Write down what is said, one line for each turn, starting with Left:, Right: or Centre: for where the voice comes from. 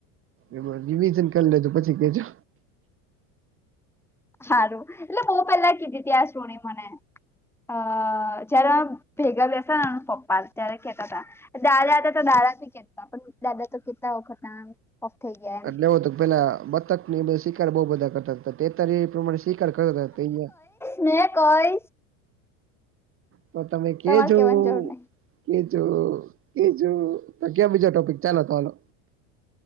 Right: એમાં રિવિઝન કર લેજો પછી કેજો
Centre: સારું એટલે બહું પહેલા કીધી હતી આ સ્ટોરી મને અ જ્યાર ભેગા બેસ ન પપ્પા ત્યારે કેતા હતા દાદા હતા તો દાદા થી કેતા પણ દાદા તો કેતા વખત ના ઓફ થઈ ગયા એમ
Right: એટલે એવો તો પેલા બતક ની શિકાર બહુ બધા કરતા હતા તે ત્યારે એ પ્રમાણે શી કરક રહેતે અહીંયા
Centre: ને કઈ
Right: તો તમે કેજો
Centre: તમારે કેવાની
Right: ઓ
Centre: જરૂર નહી
Right: કેચો કેચો તો ક્યા બીજો ટોપિક ચાલો તો હાલો